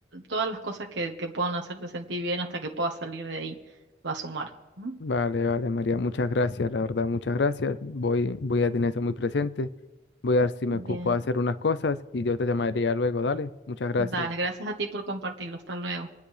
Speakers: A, on the right (about 85°); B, on the left (about 70°).
A: todas las cosas que, que puedan hacerte sentir bien hasta que puedas salir de ahí, va a sumar. ¿Mm?
B: Vale, vale, María, muchas gracias, la verdad, muchas gracias. Voy, voy a tener eso muy presente. Voy a ver si me
A: Bien,
B: ocupo de hacer unas cosas y yo te llamaría luego, dale. Muchas gracias.
A: dale, gracias a ti por compartirlo, hasta luego.